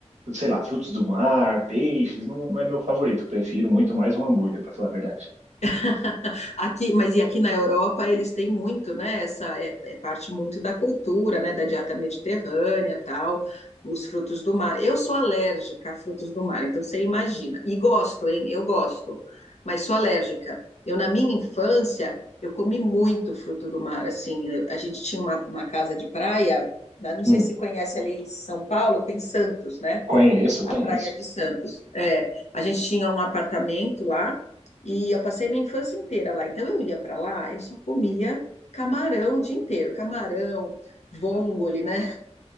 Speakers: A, on the right; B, on the left.
A: sei lá, frutos do mar, peixes, não, não é meu favorito, prefiro muito mais um hambúrguer, para falar a verdade.
B: <laughs> Aqui, mas e aqui na Europa eles têm muito, né? Essa é, é parte muito da cultura, né? Da dieta mediterrânea, tal, os frutos do mar. Eu sou alérgica a frutos do mar, então você imagina. E gosto, hein? Eu gosto, mas sou alérgica. Eu na minha infância eu comi muito fruto do mar. Assim, eu- a gente tinha uma, uma casa de praia, né, não sei
A: Hum,
B: se conhece ali em São Paulo, tem Santos, né?
A: conheço, conheço.
B: A Praia de Santos. É, a gente tinha um apartamento lá e eu passei minha infância inteira lá. Então eu ia para lá, eu só comia camarão o dia inteiro, camarão, vongole, né?